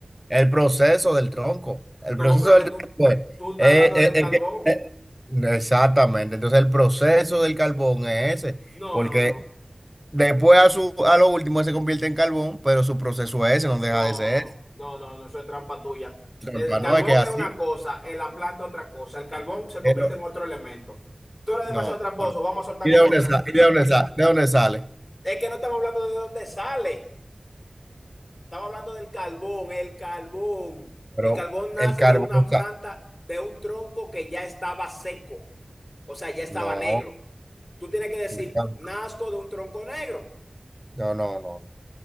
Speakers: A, in the centre; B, on the left.
A: el proceso del tronco, el
B: No,
A: proceso
B: pero
A: del
B: que tú,
A: tronco es,
B: tú estás
A: eh,
B: hablando
A: eh,
B: del carbón.
A: eh, que- eh, exactamente, entonces el proceso del carbón es ese,
B: No,
A: porque
B: no, no.
A: después a, su, a lo último se convierte en carbón, pero su proceso es ese, no deja
B: No,
A: de ser,
B: no, no, no, no, eso es trampa tuya.
A: ese.
B: El
A: trampa,
B: carbón
A: no es que es así,
B: es una cosa, el- la planta otra cosa. El carbón se convierte
A: pero-
B: en otro elemento. Tú eres
A: no,
B: demasiado tramposo,
A: no.
B: vamos a soltar
A: ¿Y
B: con
A: de dónde
B: otra.
A: sale? ¿Y de dónde sale? ¿De dónde sale?
B: Es que no estamos hablando de dónde sale. Estamos hablando del carbón, el carbón.
A: Pero
B: El carbón nace
A: el carbón
B: de una
A: está,
B: planta, de un tronco que ya estaba seco. O sea, ya estaba
A: no,
B: negro. Tú tienes que decir,
A: no,
B: nazco de un tronco negro.
A: no, no,